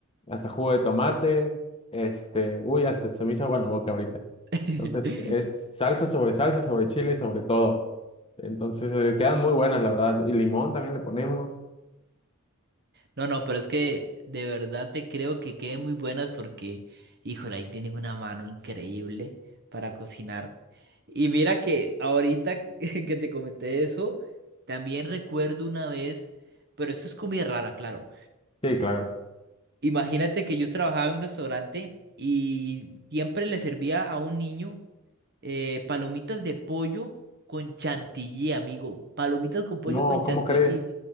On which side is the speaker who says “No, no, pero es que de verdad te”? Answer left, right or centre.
Right